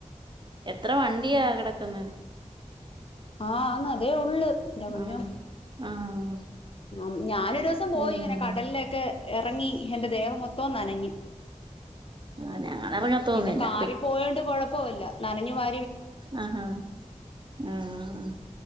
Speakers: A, on the right; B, on the left.
A: എത്ര വണ്ടിയാ കിടക്ക്ന്നെ
B: ആഹ് ആന്ന് അതേ ഒള്ള് എന്റെ പൊന്നോ
A: ആഹ് ആഹ്
B: മ് ഞാനൊര് ദിവസം പോയി
A: ഉം
B: ഇങ്ങനെ കടലില് ക്കെ എറങ്ങി എന്റെ ദേഹം മൊത്തോ നനഞ്ഞ്
A: ആഹ് ഞങ്ങളെറങ്ങത്തൊന്നുല്ല
B: പിന്നെ കാറിപോയോണ്ട് കൊഴ- പ്പോല്ല നനഞ്ഞു വാ
A: ആഹ് ആഹ് ആഹ്